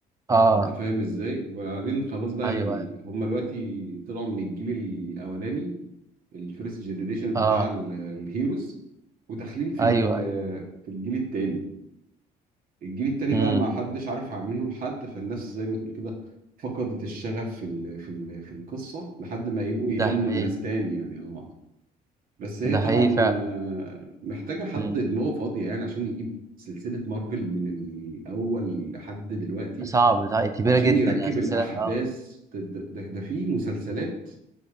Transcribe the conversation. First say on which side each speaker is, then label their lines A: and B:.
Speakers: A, on the right; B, on the right.
A: اه
B: انت فاهم ازاي وبعدين خلاص بقى
A: أيوه
B: ال... هم دلوقتي طلعوا من الجيل الاولاني الفيرست جنريشن
A: اه
B: بتاع ال- الهيروز وداخلين في
A: أيوه
B: ال... في الجيل التاني الجيل التاني
A: امم
B: بقى ما حدش عارف منهم حد فالناس زي ما تقول كده فقدت الشغف في ال... في ال... في القصة لحد ما يبقوا
A: ده
B: يلموا
A: حقيقي
B: الناس تاني يعني اه بس هي
A: ده
B: طبعا
A: حقيقي فعلا
B: آه، محتاجة حد
A: مم.
B: دماغه فاضية يعني عشان يجيب سلسلة مارفل من الأول لحد دلوقتي
A: صعب ده حقيقي. كبيرة
B: عشان
A: جدا
B: يركب
A: يعني سلسلة
B: الاحداث
A: اه
B: ده, ده, ده في مسلسلات